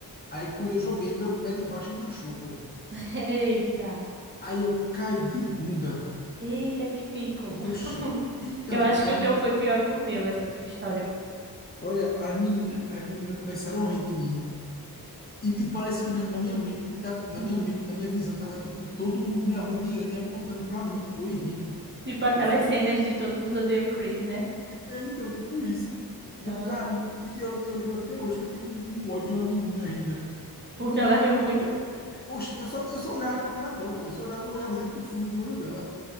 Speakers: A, on the left; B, on the right.
A: Aí quando eu joguei, meu pé de baixo enganchou, pô.
B: <laughs> Eita.
A: Aí eu caí de bunda
B: Eita, que mico.
A: no
B: <laughs>
A: chão. Então,
B: Eu acho
A: aí
B: que o
A: as
B: teu
A: me-
B: foi pior que o meu, essa tua história.
A: olha, as meninas, as meninas começaram a rir de mim. E, e parece que na, na minha mente, tá,
B: <laughs>
A: na minha mente, na minha visão, tava tipo todo mundo me arrodeando e apontando pra mim, pô, e rindo.
B: Tipo aquelas
A: Eu
B: cenas de todo mundo odeia o Chris, né?
A: Tipo, é, então, tipo isso. E
B: Ah.
A: eu, cara, e eu, eu lembro até hoje que eu tenho um, um ódio de uma menina ainda.
B: Porque
A: Quando eu
B: ela
A: vejo
B: riu
A: ela. no-
B: muito.
A: Oxe, eu só, eu só olhava pra cara dela, pô. Eu só olhava, eu olhava dentro do fundo do olho dela.